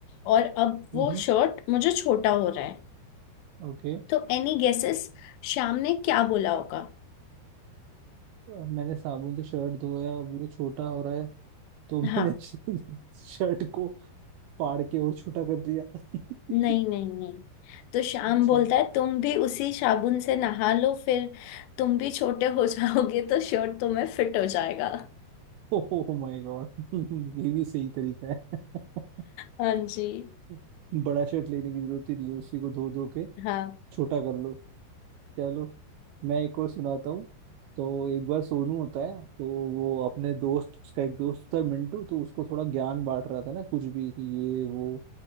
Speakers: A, on the left; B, on the right.
A: और अब वो
B: हम्म
A: शर्ट मुझे छोटा हो रहा है
B: ओके
A: तो एनी गेसेस श्याम ने क्या बोला होगा
B: मैंने साबुन से शर्ट धोया वो छोटा हो रहा है तो मैंने
A: हाँ
B: <laughs> शर्ट को फाड़ के और छोटा कर दिया <laughs>
A: नहीं नहीं नहीं तो श्याम
B: अच्छा
A: बोलता है तुम भी उसी साबुन से नहा लो फिर तुम भी छोटे हो जाओगे तो शर्ट तुम्हें फिट हो जाएगा
B: Oh my God <laughs> ये भी सही तरीका है
A: हाँ जी
B: <laughs> बड़ा शर्ट लेने की जरूरत ही नहीं है उसी को धो धो के
A: हाँ
B: छोटा कर लो चलो मैं एक और सुनाता हूँ तो एक बार सोनू होता है तो वो अपने दोस्त उसका एक दोस्त था मिंटू तो उसको थोड़ा ज्ञान बांट रहा था ना कुछ भी कि ये वो